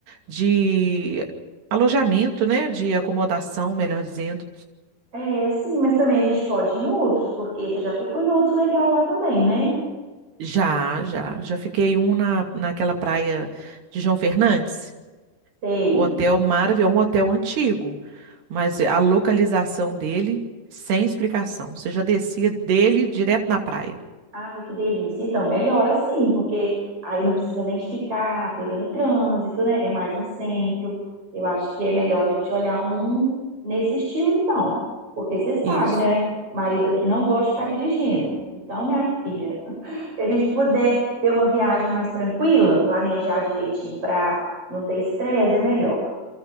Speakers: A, on the right; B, on the right.
A: de alojamento, né? De acomodação, melhor dizendo.
B: É, sim, mas também a gente pode ir em outros, porque você já ficou em outros legal lá também, né?
A: Já, já. Já fiquei um na, naquela praia de João Fernandes.
B: Sei.
A: O hotel maravilhoso, um hotel antigo. Mas a localização dele, sem explicação. Você já descia dele direto na praia.
B: Ai, que delícia. Então, melhor assim, porque aí não precisa nem ficar pegando trânsito, né? É mais no centro. Eu acho que é melhor a gente olhar um nesse estilo, então. Porque você sabe,
A: Isso.
B: né? Marido aqui não gosta de ficar dirigindo. Então, minha filha, <laughs> se a gente puder ter uma viagem mais tranquila, planejar direitinho para não ter estresse, é melhor.